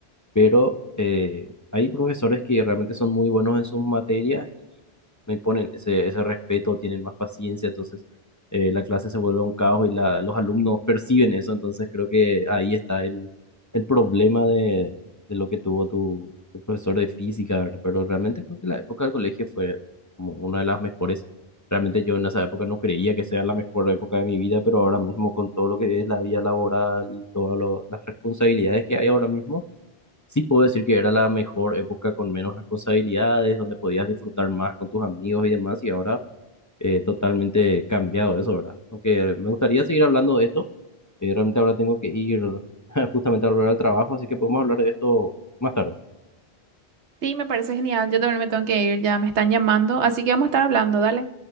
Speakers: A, on the left; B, on the right.
A: pero eh, hay profesores que realmente son muy buenos en sus materias no imponen ese, ese respeto, tienen más paciencia, entonces eh, la clase se vuelve un caos y la, los alumnos perciben eso, entonces creo que ahí está el, el problema de, de lo que tuvo tu, tu profesor de física, ¿verdad? Pero realmente creo que la época del colegio fue como una de las mejores. Realmente yo en esa época no creía que sea la mejor época de mi vida, pero ahora mismo con todo lo que es la vida laboral y todas lo- las responsabilidades que hay ahora mismo, Sí puedo decir que era la mejor época con menos responsabilidades, donde podías disfrutar más con tus amigos y demás, y ahora eh, totalmente cambiado eso, ¿verdad? Aunque me gustaría seguir hablando de esto, eh, realmente ahora tengo que ir <laughs> justamente a volver al trabajo, así que podemos hablar de esto más tarde.
B: Y sí, me parece genial. Yo también me tengo que ir, ya me están llamando. Así que vamos a estar hablando, dale.